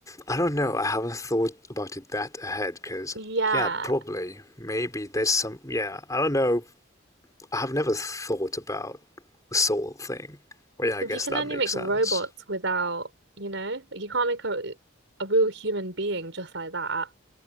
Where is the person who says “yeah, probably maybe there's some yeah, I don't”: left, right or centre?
Left